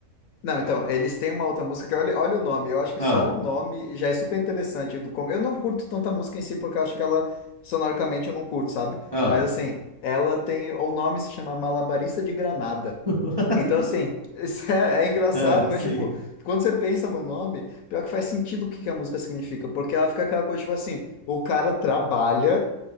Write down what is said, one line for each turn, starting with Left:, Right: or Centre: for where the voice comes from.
Left: Não, então, eles têm uma outra música que olha, olha o nome. Eu acho que
Right: Ah,
Left: só o nome já é super interessante. do como- Eu não curto tanta música em si, porque eu acho que ela, sonoricamente, eu não curto, sabe?
Right: ah.
Left: Mas assim, ela tem. O nome se chama Malabarista de Granada.
Right: <laughs>
Left: Então, assim, <laughs> isso é, é engraçado,
Right: Ah, sim.
Left: mas, tipo, quando você pensa no nome, pior que faz sentido o que que a música significa, porque ela fica aquela coisa, tipo assim, o cara trabalha,